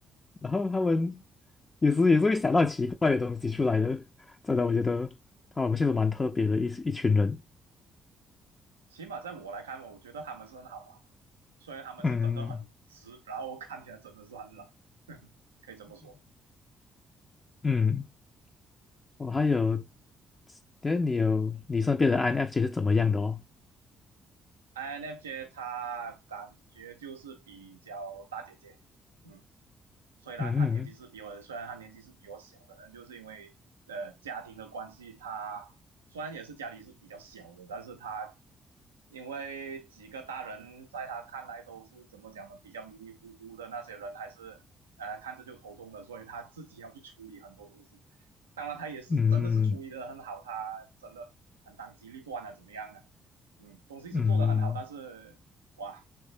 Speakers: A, on the left; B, on the right.
A: 然后他们有时也是会想到奇怪的东西出来的，真的，我觉得他们确实蛮特别的一一群人。
B: 起码在我来看，我觉得他们是很好玩的，虽然他们是真的很直，
A: 嗯，
B: 然后看起来真的是很冷，<laughs> 可以这么说。
A: <laughs> 嗯。我还有，但你有你身边的 INFJ 是怎么样的哦？
B: INFJ 他感觉就是比较大姐姐，嗯。虽然他年纪是比我，
A: 嗯
B: 虽然他年纪是比我小，可能就是因为呃家庭的关系，他虽然也是家里是比较小的，但是他因为几个大人在他看来都是怎么讲呢，比较迷迷糊糊的那些人，还是呃看着就头痛的，所以他自己要去处理很多东西。当然，他也是真的是处理的很好，
A: 嗯
B: 他真的很当机立断啊，怎么样啊？嗯，东西是做的很好，
A: 嗯，嗯，
B: 但是哇，